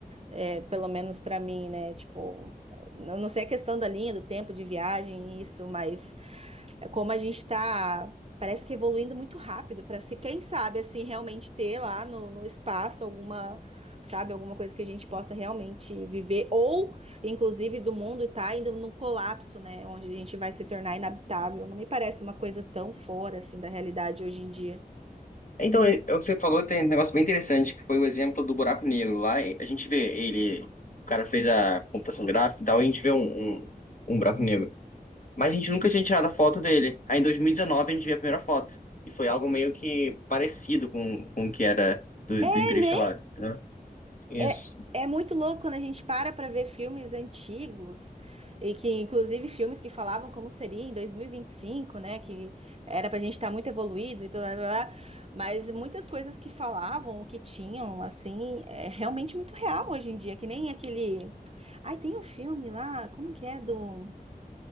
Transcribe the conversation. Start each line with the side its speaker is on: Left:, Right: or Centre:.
Right: é, pelo menos para mim, né? Tipo, eu não sei a questão da linha, do tempo de viagem, isso, mas é como a gente está, parece que evoluindo muito rápido para se, quem sabe, assim, realmente ter lá no, no espaço alguma, sabe, alguma coisa que a gente possa realmente viver, ou inclusive do mundo estar indo num colapso, né, onde a gente vai se tornar inabitável. Não me parece uma coisa tão fora assim da realidade hoje em dia.
Left: Então, é- é o que você falou tem um negócio bem interessante, que foi o exemplo do buraco negro. Lá e a gente vê ele, o cara fez a computação gráfica e tal, e a gente vê um, um, um buraco negro. Mas a gente nunca tinha tirado a foto dele. Aí em 2019 a gente viu a primeira foto. E foi algo meio que parecido com, com o que era do,
Right: É,
Left: do Interestelar,
Right: né?
Left: né? Isso.
Right: É, é muito louco quando a gente para para ver filmes antigos, e que inclusive filmes que falavam como seria em dois mil e e vinte e cinco, né? Que era para a gente estar muito evoluído e tudo, lá, lá, lá, mas muitas coisas que falavam, o que tinham, assim, é realmente muito real hoje em dia, que nem aquele. Ai, tem um filme lá, como que é do.